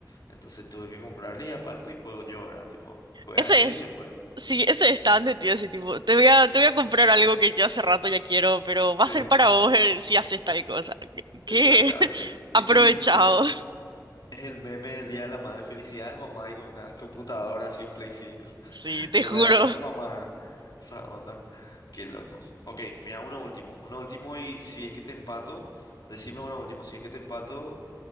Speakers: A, on the left; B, on the right.
A: entonces tuve que comprarle y aparte juego yo, ¿verdad? Tipo, juegas
B: Ese
A: a él
B: es,
A: y después.
B: sí, ese es tan de tío, así tipo, te voy a, te voy a comprar algo que yo hace rato ya quiero, pero
A: Sí,
B: va a ser para vos eh, si haces tal cosa.
A: exactamente.
B: ¿Qué? <laughs>
A: ¿Viste
B: Aprovechado.
A: el, el- es el meme del Día de la Madre? Felicidades, mamá, y con una computadora así, un Play 5.
B: Sí,
A: <laughs>
B: te
A: Le
B: juro.
A: regalará a tu mamá esa onda. Qué loco. Ok, mira, uno último, uno último y si es que te empato, decime uno último, si es que te empato,